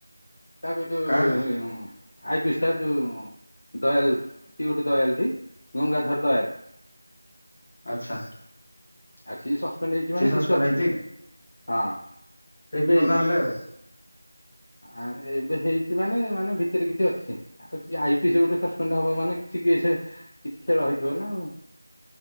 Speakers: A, on the left; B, on the left.
A: ତା ଭିଡ୍ ଉଁ
B: କାହାକୁ
A: ଆଇ ପିଏସ ଟା ଯୋଉ ଦୟାଲଉ ଦୟାଲ ଟି ଗଙ୍ଗାଧର ଦୟାଲ।
B: ଆଚ୍ଛା
A: ଆଉ ସି ସସ୍ପେଣ୍ଡ ହେଇଛି
B: ସିଏ
A: ମାନେ
B: ସସ୍ପେଣ୍ଡ
A: କିଛି ଅଛି
B: ହେଇଛି
A: ହଁ
B: ହେଇଥିବ
A: କେବେ ହେଇଚି?
B: ତାହେଲେ ଆଉ।
A: ଆ ଏବେ ହେଇଛି ମାନେ ମାନେ ଭିତରେ କିଛି ଅଛି। ଆଉ ସିଏ ଆଇ ପି ଏସ୍ ଗୋଟେ ସସ୍ପେଣ୍ଡ ହବ ମାନେ କିଛି କେସ୍ କିଛି ଖେଳ ହେଇଥିବ ନା ଆଉ।